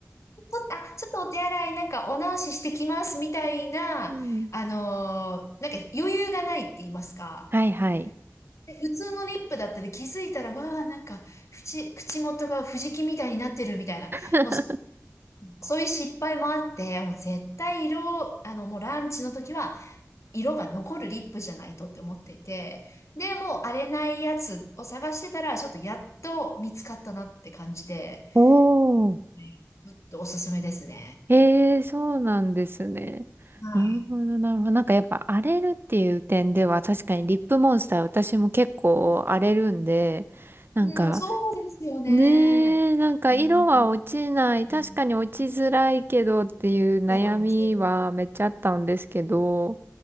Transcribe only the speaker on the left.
ちょっと、あ、ちょっとお手洗い、なんかお直ししてきます、みたいな、
あのーなんか余裕がないって言いますか。
で普通のリップだったり気づいたら、わあ、なんか、口、口元が藤木みたいになってるみたいな。
もうそういう失敗もあって、もう絶対色、あの、もうランチの時は、色が残るリップじゃないとって思っていて、で、もう荒れないやつを探してたら、ちょっとやっと見つかったなって感じで、
はい。ちょっとおすすめですね。
はい。
うん、そうですよね。
うん。うん
うんそうなんですよ。